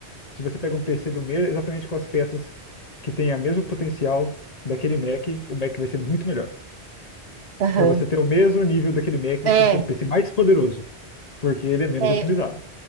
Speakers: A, on the left; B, on the right.
A: se você pega um PC do mesmo, exatamente com as peças que têm o mesmo potencial daquele Mac, o Mac vai ser muito melhor.
B: aham.
A: Para você ter o mesmo nível daquele Mac, você
B: É,
A: tem que ter um PC mais poderoso, porque ele é menos
B: é,
A: otimizado.